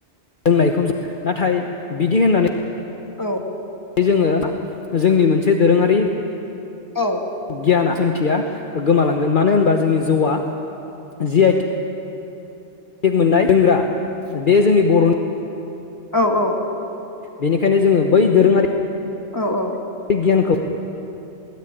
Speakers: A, on the left; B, on the left.
A: लोंनायखौ जों नाथाय बिदि होननानै
B: औ
A: जोङो जोंनि मोनसे दोरोङारि
B: औ।
A: गियाना सोंथिया गोमालांगोन मानो होनबा जोंनि जौवा जि आइटि फेख मोननाय दोनग्रा बे जोंनि बर'
B: औ औ ।
A: बेनिखायनो जोङो बै दोरोङारि
B: औ औ ।
A: गियानखोफ